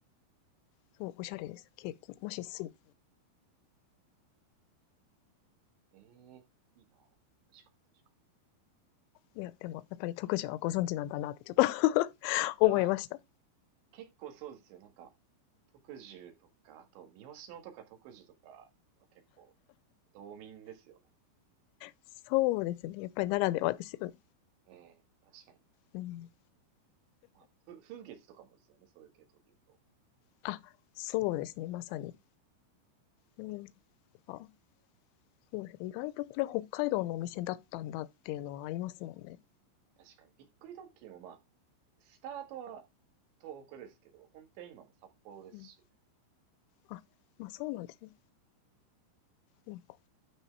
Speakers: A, on the left; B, on the right.
A: そう、おしゃれです。ケーキ。もしスイーツ。
B: えー、いいな。確かに確か
A: いや、でも、やっぱり特需はご存知なんだなってちょっと <laughs> 思いました。
B: に。いや、まあ、結構そうですよ。なんか、徳寿とか、あと、三好野とか徳寿とかは結構、道民ですよね。
A: そうですね。やっぱりならではですよね。
B: ええ、確かに。
A: うん。
B: まあ、ふ風月とかもですよね、そういう系統で言うと。
A: あ、そうですね。まさに。うん。あ、そうですね。意外とこれ北海道のお店だったんだっていうのはありますもんね。
B: 確かに。びっくりドンキーもまあ、スタートは東北ですけど、本店今も札幌ですしね。
A: うん。あ、まあそうなんですね。なんか、